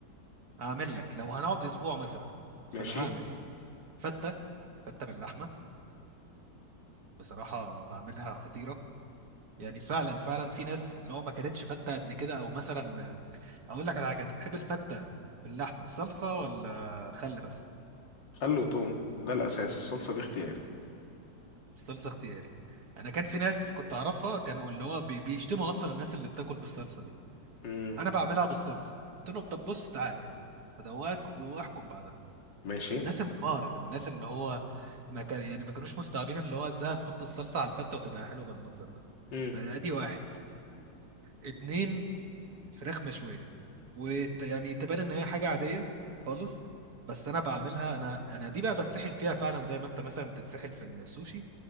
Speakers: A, on the right; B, on the left.
A: فهعمل لك لو هنقعد اسبوع مثلا فانا
B: ماشي
A: هعمل فته فته باللحمه بصراحه بعملها خطيره يعني فعلا فعلا في ناس اللي هو ما كانتش فته قبل كده او مثلا اقول لك على حاجه انت بتحب الفته باللحمه صلصه ولا خل بس
B: خل وتوم ده الاساس الصلصه دي اختياري
A: الصلصه اختياري انا كان في ناس كنت اعرفها كانوا اللي هو بي- بيشتموا اصلا الناس اللي بتاكل بالصلصه دي
B: امم
A: انا بعملها بالصلصه قلت له طب بص تعالى ادواك واحكم بعدها
B: ماشي
A: الناس انبهرت الناس اللي هو ما كان يعني ما كانوش مستوعبين اللي هو ازاي هنحط الصلصه على الفته وتبقى حلوه بالمنظر ده
B: امم
A: فادي واحد اتنين فراخ مشويه ويعني تبان ان هي حاجه عاديه خالص بس انا بعملها انا انا دي بقى بتسحل فيها فعلا زي ما انت مثلا بتتسحل في السوشي